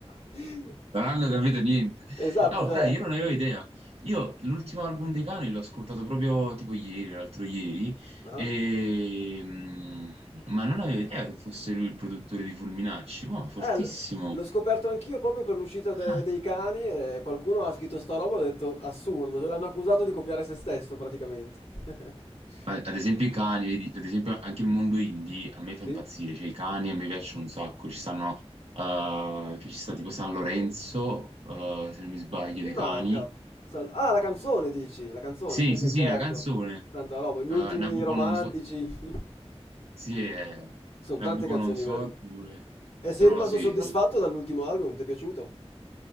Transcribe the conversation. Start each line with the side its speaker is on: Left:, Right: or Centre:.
Left: <laughs>
Right: Non hanno capito niente.
Left: Esatto,
Right: No,
Left: cioè...
Right: fra, io non avevo idea. Io l'ultimo album dei Cani l'ho ascoltato proprio tipo ieri, l'altro ieri,
Left: ah.
Right: e... mm, ma non avevo idea che fosse lui il produttore di Fulminacci. Wow, fortissimo.
Left: Eh, l- l'ho scoperto anch'io proprio per l'uscita de-
Right: Ah.
Left: dei cani e qualcuno ha scritto sta roba e ho detto, assurdo, cioè, l'hanno accusato di copiare se stesso praticamente. <laughs>
Right: Ma Ad esempio i cani, vedi, ad esempio anche il mondo indie a me
Left: Sì?
Right: fa impazzire, cioè i cani a me piacciono un sacco, ci stanno, eh, che ci sta tipo San Lorenzo, eh, se non mi sbaglio,
Left: Mi
Right: dei
Left: manca.
Right: cani,
Left: Sal- ah, la canzone dici? La canzone,
Right: Sì,
Left: sì, sì,
Right: sì, sì,
Left: certo.
Right: la canzone.
Left: Tanta roba. Gli
Right: Eh,
Left: ultimi
Right: Nabucodonosor,
Left: romantici.
Right: sì, è
Left: <laughs> Sono
Right: Nabucodonosor
Left: tante canzoni belle.
Right: pure.
Left: E sei
Right: No,
Left: rimasto
Right: sì.
Left: soddisfatto dall'ultimo album? Ti è piaciuto?